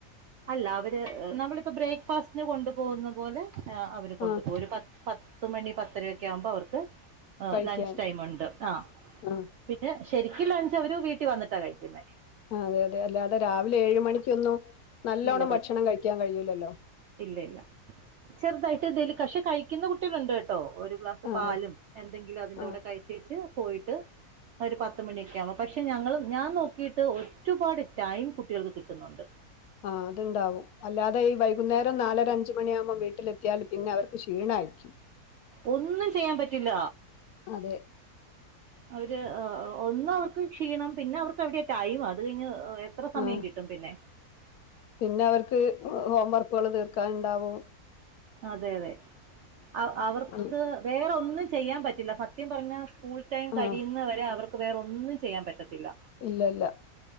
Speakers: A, on the right; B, on the left.
A: അല്ല അവര് നമ്മളിപ്പോ ബ്രേക്ക്ഫാസ്റ്റന് കൊണ്ടു പോകുന്ന പോലെ ആ അവര് കൊണ്ടുപോക
B: ആഹ്
A: ഒരു പ പത്തുമണി പത്തരൊക്കെ ആവുമ്പോ അവർക്ക് ആ
B: കഴിക്കാൻ
A: ലഞ്ച് ടൈം ഉണ്ട് ആ
B: ആഹ്
A: പിന്നെ ശരിക്കും ലഞ്ച് അവര വീട്ടിൽ വന്നിട്ടാ കഴിക്കുന്നേ.
B: അതെ അതെ അല്ലാതെ രാവിലെ ഏഴ് മണിക്കൊന്നും നല്ലോണം
A: ഇല്ല
B: ഭക്ഷണം കഴിക്കാൻ കഴിയൂലല്ലോ?
A: ഇല്ല ഇല്ല ചെറുതായിട്ട് ഇ ദല് കഷെ കഴിക്കുന്ന കുട്ടികളുണ്ട് കേട്ട കേട്ടോ ഒരു ഗ്ലാസ്
B: ആഹ്
A: പാലും എന്തെങ്കിലും അതിന്റെ
B: ആഹ്
A: കൂടെ കഴിച്ചേച്ച് പോയിട്ട് ഒരു പത്ത് മണിയൊക്കെ ആവുമ്പോ പക്ഷെ ഞങ്ങൾ ഞാൻ നോക്കിയിട്ട് ഒരുപാട് ടൈം കുട്ടികൾക്ക് കിട്ടുന്നുണ്ട്.
B: ആഹ് അതുണ്ടാവും അല്ലാതെ ഈ വൈകുന്നേരം നാലര അഞ്ച് മണിയാകുമ്പോം വീട്ട വീട്ടിലെത്തിയാൽ പിന്നെ അവർക്ക് ക്ഷീണയിരിക്കും.
A: ഒന്നും ചെയ്യാൻ പറ്റില്ല.
B: അതെ
A: അവര് ഒന്ന് അവർക്ക് ക്ഷീണം പിന്നെ അവർക്ക് അവിടെ ടൈം അത് കഴിഞ്ഞ് എത്ര സമയം
B: ആഹ്
A: കിട്ടും പിന്നെ
B: പിന്നെ അവർക്ക് ഹോം വർക്കുകൾ തീർക്കാനുണ്ടാവും
A: അതെ അതെ അവ് അവ
B: അ
A: വേറെന്നും ചെയ്യാൻ പറ്റില്ല സത്യം പറഞ്ഞ സ്കൂൾ ടൈം കഴിയുന്നവരെ
B: ആഹ്
A: അവർ ക്ക്‌ വേറെ ഒന്നും ചെയ്യാൻ പറ്റത്തില്ല.
B: ഇല്ല ല്ല